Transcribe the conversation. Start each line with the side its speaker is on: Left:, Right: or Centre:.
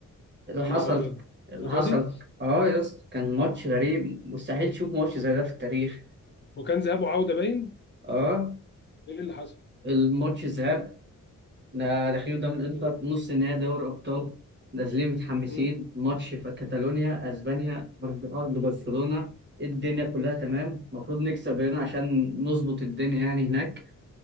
Right: اللي
Left: يا
Right: حصل
Left: نهار ابيض
Right: اللي
Left: الدرجه
Right: حصل
Left: دي
Right: اه يا اسطى كان ماتش غريب مستحيل تشوف ماتش زي ده في التاريخ
Left: وكان ذهاب وعوده باين
Right: اه
Left: ايه اللي حصل
Right: الماتش الذهاب ده داخلين قدام الانتر نص نهائي دوري ابطال نازلين متحمسين
Left: امم
Right: ماتش في كاتالونيا اسبانيا ارض ارض برشلونة الدنيا كلها تمام المفروض نكسب هنا عشان نظبط الدنيا يعني هناك